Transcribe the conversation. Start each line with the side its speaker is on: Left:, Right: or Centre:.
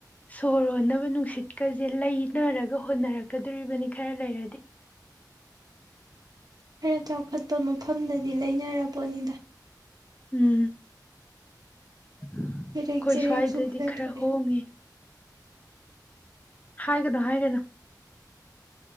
Left: ꯁꯣꯔꯣꯟꯅꯕ ꯅꯨꯡꯁꯤꯠꯀꯁꯦ ꯂꯩꯅꯔꯒ ꯍꯣꯠꯅꯔꯛꯀꯗꯣꯔꯤꯕꯅꯤ ꯈꯔ ꯂꯩꯔꯗꯤ
Right: ꯈꯔ ꯆꯥꯎꯈꯠꯄ ꯃꯐꯝꯗꯗꯤ ꯂꯩꯅꯔꯕꯣꯅꯤꯗ
Left: ꯎꯝ ꯑꯩꯈꯣꯏ
Right: ꯆꯦꯔꯦꯛ ꯆꯦꯔꯦꯛꯁꯨ
Left: ꯁ꯭ꯋꯥꯏꯗꯗꯤ ꯈꯔ
Right: ꯊꯣꯛꯑꯦ
Left: ꯍꯣꯡꯉꯦ ꯍꯥꯏꯒꯗꯣ ꯍꯥꯏꯒꯗꯣ